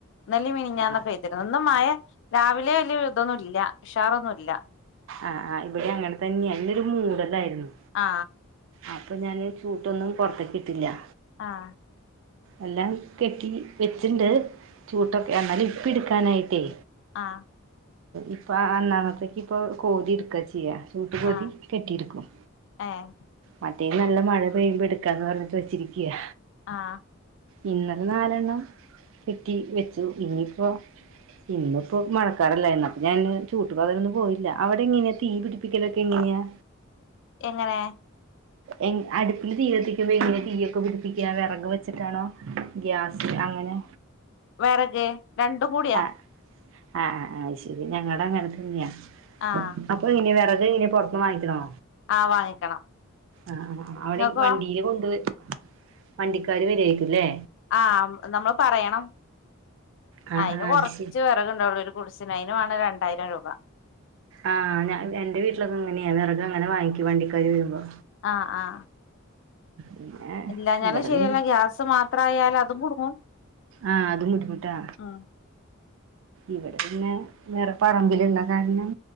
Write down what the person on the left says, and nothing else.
ഇന്നലേം മിനിഞ്ഞാന്നും
പെയ് തിരുന്നു ഇന്നും മയേ രാവിലെ വല്യ ഇതൊന്നും ഇല്ല ഉഷാറൊന്നുല്ലാ
ആ
ആ
ആ
ആഹ്
ഏഹ്
ആ
എങ്ങനെ
വെറക് രണ്ടും കൂടിയാ.
ആഹ്
ആഹ് വാങ്ങിക്കണം
ഇങ്ങക്കോ
ആ നമ്മള് പറയണം
അയില്
കൊറച്ച്
വെറക് ഉണ്ടാവുള്ളൂ ഒരു ഗുഡ്സിന് അയിന് വാണം രണ്ടായിരം രൂപ.
ആഹ് ആഹ്
ഇല്ലാഞാലും
ശരിയല്ല
ഗ്യാസ് മാത്രായാലും അതും കുടുങ്ങും.
ഉം